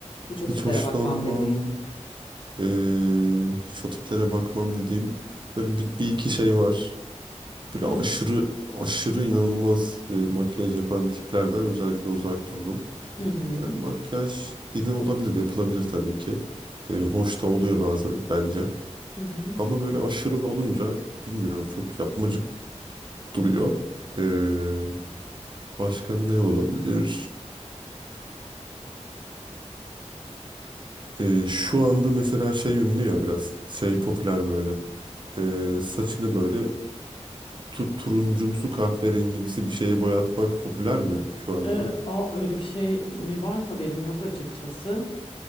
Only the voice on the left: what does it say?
hiç o tiplere
bakmam dediğin.
Hı
hı hı.
Hı hı.
Ee, aa, öyle bir şey mi var? Haberim yok açıkçası.